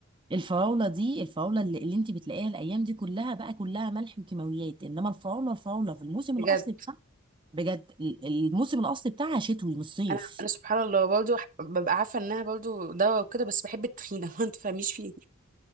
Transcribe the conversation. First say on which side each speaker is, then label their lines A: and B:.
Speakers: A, on the right (about 25°); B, on the right (about 40°).
A: الفراوله دي الفراوله اللي, اللي انت بتلاقيها الايام دي كلها بقى كلها ملح وكيماويات انما الفراوله الفراوله في الموسم
B: بجد
A: الاصلي بتاعها بجد ال- الموسم الاصلي بتاعها شتوي مش صيف
B: انا انا سبحان الله برضو ح- ببقى عارفه انها برضو دواء وكده بس بحب التخينه <laughs> ما تفهميش فيه